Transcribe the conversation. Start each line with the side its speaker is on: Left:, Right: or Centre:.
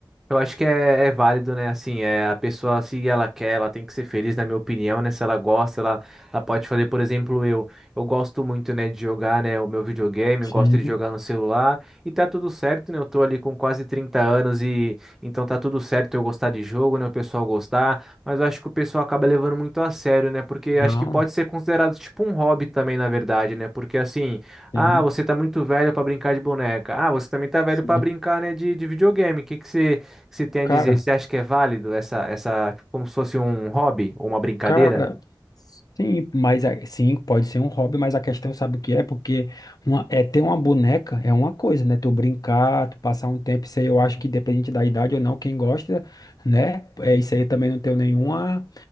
Centre: Eu acho que é, é válido, né? Assim, é a pessoa, se ela quer, ela tem que ser feliz, na minha opinião, né? Se ela gosta, ela, ela pode fazer, por exemplo, eu, eu gosto muito, né, de jogar, né, o meu videogame,
Left: Sim,
Centre: eu gosto de jogar no celular, e tá tudo certo, né? Eu tô ali com quase 30 anos e então tá tudo certo eu gostar de jogo, né? O pessoal gostar, mas eu acho que o pessoal acaba levando muito a sério, né? Porque
Left: Não,
Centre: acho que pode ser considerado tipo um hobby também, na verdade, né? Porque assim, ah,
Left: sim,
Centre: você tá muito velho pra brincar de boneca. Ah, você também tá velho
Left: sim.
Centre: pra brincar, né, de, de videogame. O que que você o que você tem a
Left: Cara,
Centre: dizer? Você acha que é válido essa, essa, tipo, como se fosse um hobby ou uma brincadeira?
Left: Cara, sim, mas a- sim, pode ser um hobby, mas a questão sabe o que é? Porque uma, é ter uma boneca é uma coisa, né? Tu brincar, tu passar um tempo, isso aí eu acho que dependente da idade ou não, quem gosta, né? É, isso aí eu também não tenho nenhuma